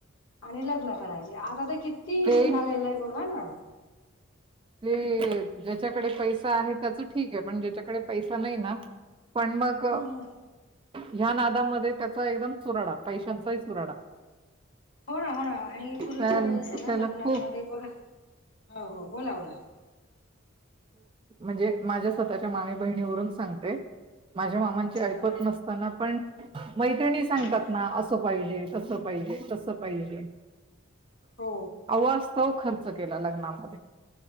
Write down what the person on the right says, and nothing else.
ते
ते ज्याच्याकडे पैसा आहे. त्याच ठीक आहे पण ज्याच्याकडे पैसा नाही ना, पण मग
ह्या नादामध्ये त्याचा एकदम चुराडा पैशांचाही चुराडा.
त्याला
खूप
म्हणजे माझ्या स्वतःच्या मामी बहिणीवरून सांगते माझ्या मामांची
ऐपत
नसते, पण मैत्रिणी
सांगतात
ना अस पाहिजे तस पाहिजे तस पाहिजे.
अवास्तव खर्च केला लग्नामध्ये